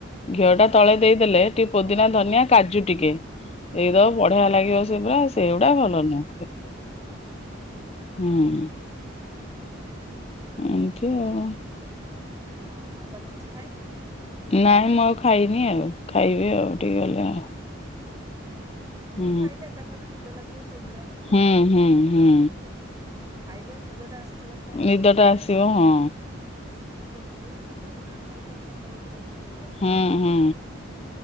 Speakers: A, on the left; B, on the right.
A: ଘିଅ ଟା
B: ହଁ
A: ତଳେ ଦେଇଦେଲେ ଟିକେ ପୋଦିନା
B: ହଁ
A: ଧନିଆ
B: ହଁ
A: କାଜୁ ଟିକେ ଦେଇଦବ।
B: ହଁ
A: ବଢିଆ ଲାଗିବ ସେ ପୁରା ସେଗୁଡା
B: ହଁ
A: ଭଲ ନୁହ
B: ହଁ ହଁ ହଁ
A: ହୁଁ। ଏମତି ଆଉ
B: ହଁ ଆଉ ତମେ କିଛି ଖାଇନ?
A: ନାଇଁ ମୁଁ ଆଉ ଖାଇନି ଆଉ ଖାଇବି ଆଉ ଟିକେ ଗଲେ ଆଉ
B: ଓହୋ ହଁ
A: ହୁଁ
B: ଖାଇଲେ ଏକାଥରେ ନିଦ ଲାଗିବ ଶୋଇପଡିବା କ
A: ହୁଁ ହୁଁ ହୁଁ।
B: ଖାଇଦେଲେ ନିଦଟା ଆସ୍
A: ନିଦଟା ଆସିବ ହଁ।
B: ଶୋଇପଡିବ ଏକାଥରେ ପୁଣି ଆମର ତ ସକାଳୁ ଉଠିବାକୁ ପଡିବ ଜଲଦି।
A: ହୁଁ ହୁଁ